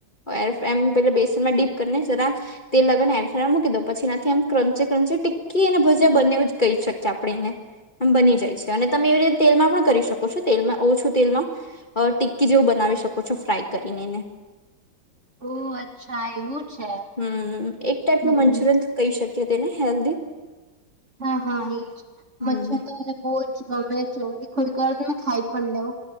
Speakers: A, on the left; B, on the right.
A: એર ફ્રેમ પેલા બેસન માં ડીપ કરીને જરાક તે લગન એર ફ્રેમ મૂકી દઉં પછી એનાથી આમ ક્રંચે ક્રંચે ટીક્કી અને ભજીયા બને એ જ કહી શકીએ આપણે એને આમ બની જાય છે અને તમે એવી રીતે તેલમાં પણ કરી શકો છો તેલમાં ઓછું તેલમાં અ ટી ટીક્કી જેવું બનાવી શકો છો ફ્રાય કરીને એને
B: ઓહ અચ્છા એવું છે
A: હમ્મ એક ટાઈપનું
B: હમ
A: મંચુરિયન કહી શકીએ તેને હેલ્ધી
B: હા હા એ જ
A: હમ્મ.
B: મંચુરિયન તો મને બહુ જ ગમે છે એ કોઈક વાર તમે ખાઈ પણ લ્યો